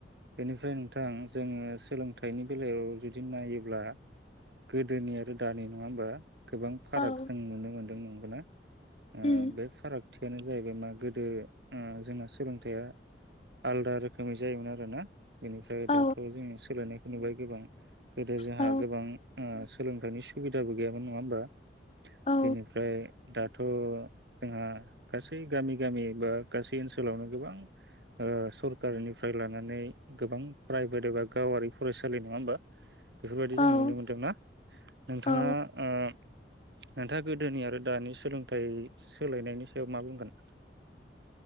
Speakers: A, on the right; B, on the left.
A: बेनिफ्राय नोंथां जोङो सोलोंथाइनि बेलायाव जुदि नायोब्ला गोदोनि आरो दानि नङा होमबा गोबां
B: औ
A: फाराग जों नुनो मोनो <unintelligible> नंगो ना ओ
B: उम
A: बे फाराग थियानो जाहैबाय मा गोदो ओ जोंना सोलोंथाइया आलदा रोखोमै जायोमोन आरो ना बेनिफ्राय
B: औ
A: दाथ' जोङो सोलायनाय नुबाय गोबां गोदो जोंहा
B: औ
A: गोबां ओ सोलोंथाइनि सुबिदाबो गैयामोन नङा होमबा
B: औ
A: बेनिफ्राय दा थ' जोंहा गासै गामि गामि बा गासै ओनसोलावनो गोबां ओ सरकारनिफ्राय लानानै गोबां प्राइभेट एबा गावारि फरायसालि नङा होमबा बेफोरबायदि
B: औ
A: जों नुनो मोनदों ना नोंथाङा
B: औ
A: ओ नोंथाङा गोदोनि आरो दानि सोलोंथाइ सोलायनायनि सायाव मा बुंगोन